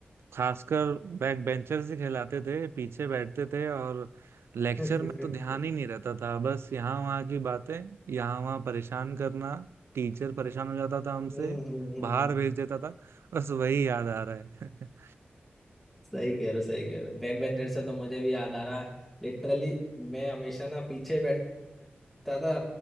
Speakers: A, on the right; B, in the centre.
A: खासकर बैक बेंचर से खिलाते थे पीछे बैठते थे और लेक्चर
B: <laughs> हम्म
A: में तो ध्यान ही नहीं रहता था बस यहाँ वहाँ की बातें यहाँ वहाँ परेशान करना टीचर परेशान हो जाता था हमसे
B: हम्म हम्म।
A: बाहर भेज देता था बस वही याद आ रहा है <laughs>
B: सही कह रहे हो सही कह रहे हो बैक बेंचर से तो मुझे भी याद आ रहा है लिटरली मैं हमेशा ना पीछे बैठता था